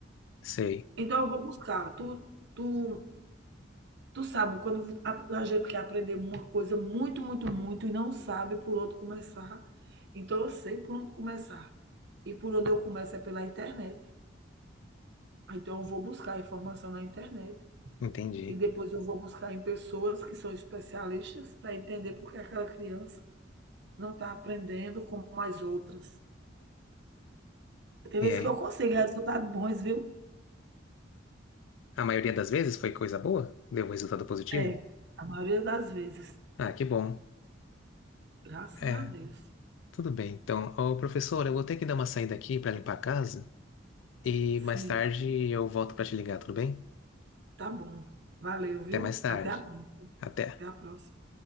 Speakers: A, on the left (about 80°); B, on the right (about 65°).
A: Sei.
B: Então eu vou buscar. Tu tu Tu sabe, quando a, a gente quer aprender uma coisa muito, muito, muito e não sabe por onde começar, então eu sei por onde começar. E por onde eu começo é pela internet. Então eu vou buscar informação na internet
A: Entendi.
B: e depois eu vou buscar em pessoas que são especialistas para entender por que aquela criança não está aprendendo como as outras. Tem
A: E
B: vezes
A: aí?
B: que eu consigo resultados bons, viu?
A: A maioria das vezes foi coisa boa? Deu resultado positivo?
B: É, a maioria das vezes.
A: Ah, que bom.
B: Graças
A: É,
B: a Deus.
A: tudo bem. Então, ô professor, eu vou ter que dar uma saída aqui para limpar a casa e
B: Sim,
A: mais tarde eu volto para te ligar, tudo bem?
B: tá bom. Valeu, viu?
A: Até mais tarde.
B: Até a, próxima.
A: Até.
B: até a próxima.